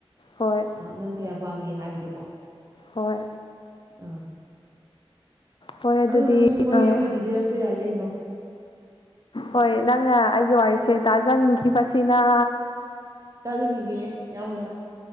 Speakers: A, on the left; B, on the right.
A: ꯍꯣꯏ
B: ꯅꯪ ꯀꯌꯥ ꯄꯥꯝꯒꯦ ꯍꯥꯏꯕꯗꯣꯀꯣ
A: ꯍꯣꯏ
B: ꯑꯥ
A: ꯍꯣꯏ ꯑꯗꯨꯗꯤ
B: ꯑꯗꯣ ꯅꯪꯁꯨ ꯋꯥꯔꯤ
A: ꯑꯥ
B: ꯑꯃꯗꯤ ꯂꯤꯔꯛꯄ ꯌꯥꯏ ꯀꯩꯅꯣ
A: ꯍꯣꯏ ꯅꯪꯅ ꯑꯩꯒꯤ ꯋꯥꯔꯤꯁꯦ ꯇꯥꯖꯅꯤꯡꯈꯤꯕꯁꯤꯅ
B: ꯆꯥꯖꯅꯤꯡꯉꯦ ꯌꯥꯝꯅ